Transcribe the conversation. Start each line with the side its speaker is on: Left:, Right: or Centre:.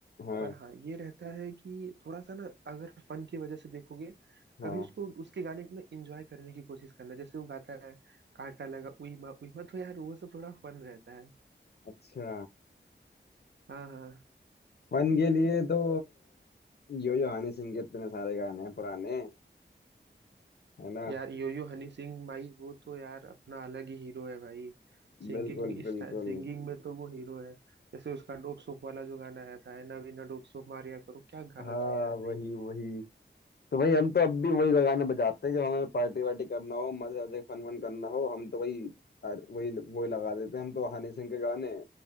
Left: हाँ
Right: पर हाँ ये रहता है कि थोड़ा सा ना अगर फन की वजह से देखोगे
Left: हाँ
Right: कभी उसको उसके गाने को ना इंजॉय करने की कोशिश करना जैसे वो गाता है कांटा लगा उई माँ उई माँ तो यार वो सब थोड़ा फन रहता है
Left: अच्छा
Right: हाँ हाँ
Left: फन के लिए तो यो यो हनी सिंह के इतने सारे गाने हैं पुराने है ना
Right: यार योयो हनी सिंह भाई वो तो यार अपना अलग ही हीरो है भाई सिंगिंग
Left: बिल्कुल बिल्कुल
Right: सिंगिंग में तो वो हीरो है जैसे उसका डोप सोप वाला जो गाना आया था है ना बिना डोप सोप मारिया करो क्या गाना
Left: हाँ
Right: था यार भाई
Left: वही वही तो भाई हम तो अब भी वही गाने बजाते हैं जब हमें पार्टी वार्टी करना हो मजे मजे फन वन करना हो हम तो वही अर- वही वही लगा देते हैं हम तो हनी सिंह के गाने